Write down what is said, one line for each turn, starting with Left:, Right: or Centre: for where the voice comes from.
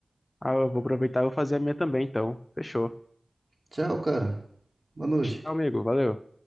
Left: Ah, eu vou aproveitar e vou fazer a minha também, então. Fechou.
Right: Tchau, cara. Boa noite.
Left: Tchau, amigo. Valeu.